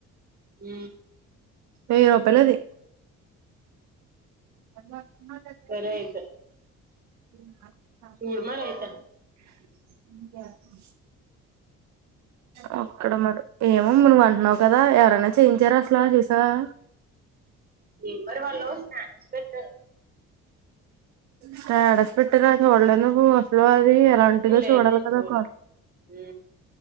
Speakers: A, on the right (about 20°); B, on the right (about 40°).
A: ఊ
B: వెయ్యి రూపాలది అమ్మ గ గేటిది
A: సరే అయితే
B: ఊ నడుతాడు
A: చూడు మరి అయితే
B: <unintelligible> ఊ జాతుం ఆ ఒక్కడే మరి ఏమో నువ్వు అంటున్నావు కదా ఎవరైనా చేయించారా అసలా చూసావా
A: నింబడి వాళ్ళు స్న స్పెటర్
B: స్టేటస్ పెట్టగా చులేదు నువు అసలు అది ఎలాంటిదో
A: లేదు
B: చూడాలి
A: నేను
B: కదా
A: చూడలే
B: ఒకటి
A: ఊ